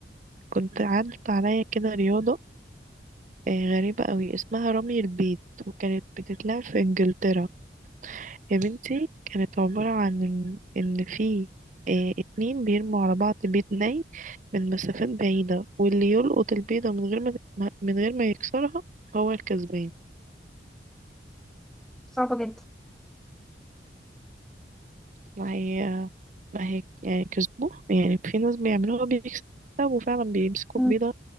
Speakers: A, on the right (about 45°); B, in the centre.
A: كنت عدت عليا كده رياضة آه، غريبة قوي اسمها رمي البيت وكانت بتتلعب في إنجلترا يا بنتي كانت عبارة عن إن إن في آه، اتنين بيرموا على بعض بيض ني من مسافات بعيدة واللي يلقط البيضة من غير ما ما- من غير ما يكسرها هو الكسبان
B: صعبة جدا
A: ما هي ما هي يعني كسبوه يعني في ناس بيعملوها بيكسبوا فعلا بيمسكوا
B: مم.
A: البيضة